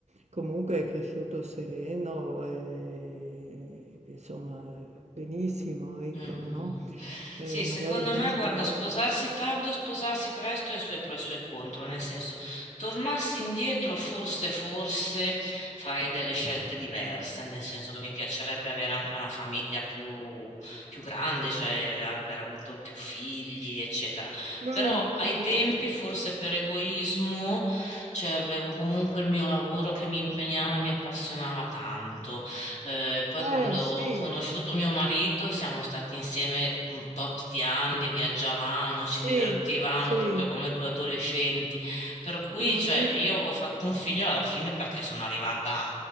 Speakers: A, on the right; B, on the left.
A: comunque è cresciuto sereno e insomma benissimo, ecco,
B: Mh-mh.
A: no? Eh,
B: Sì,
A: magari
B: secondo
A: in tanti
B: me guarda,
A: casi.
B: sposarsi tardi o sposarsi presto ha i suoi pro e i suoi contro, nel senso, tornassi indietro forse, forse farei delle scelte diverse, nel senso che mi piacerebbe avere anche una famiglia più più grande, cioè aver avuto più figli, eccetera.
A: Mm,
B: Però ai
A: mm.
B: tempi, forse per egoismo, cioè avevo comunque il mio lavoro che mi impegnava e mi appassionava tanto. Eh, poi quando
A: Eh
B: ho
A: sì,
B: conosciuto mio marito siamo stati insieme un tot di anni, viaggiavamo, ci
A: sì,
B: divertivamo
A: sì.
B: proprio come due adolescenti, per cui
A: Mm.
B: cioè, io ho fatto un figlio alla fine perché sono arrivata